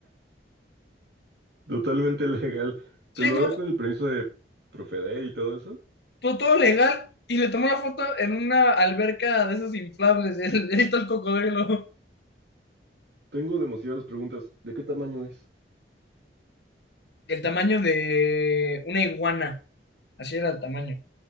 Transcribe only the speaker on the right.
totalmente <laughs> legal.
Te lo
da con el permiso de Profeder y todo eso.
Tengo demasiadas preguntas. ¿De qué tamaño es?